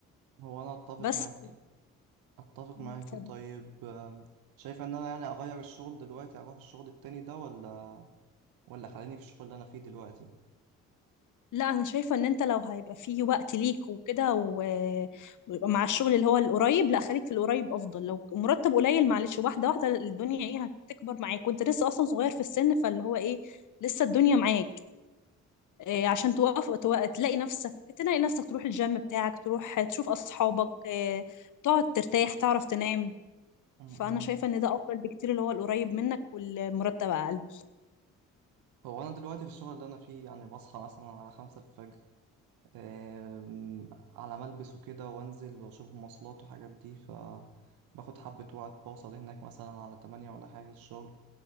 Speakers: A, on the right (about 55°); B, on the left (about 50°).
A: هو انا اتفق
B: بس
A: معاك اتفق معاكي
B: اتفضل.
A: طيب أم، شايفة ان انا يعني اغير الشغل دلوقتي اروح الشغل التاني ده ولا ولا خليني في الشغل اللي انا فيه دلوقتي
B: لا انا شايفه ان انت لو هيبقى فيه وقت ليك وكده و- ويبقى مع الشغل اللي هو القريب لا خليك في القريب افضل لو مرتب قليل معلش واحده واحده الدنيا ايه هتكبر معاك وانت لسه اصلا صغير في السن فاللي هو ايه لسه الدنيا معاك إيه، عشان توقف تو- تلاقي نفسك تلاقي نفسك تروح الجيم بتاعك تروح تشوف أصحابك إيه، تقعد ترتاح تعرف تنام
A: امم
B: فأنا شايفة إن ده أفضل بكتير اللي هو القريب منك والمرتب أقل
A: هو أنا دلوقتي في الشغل اللي أنا فيه يعني بصحى مثلا على خمسة الفجر أم، على ما ألبس وكده وأنزل وأشوف مواصلات وحاجات دي فباخد حبة وقت بوصل هناك مثلا على تمانية ولا حاجة الشغل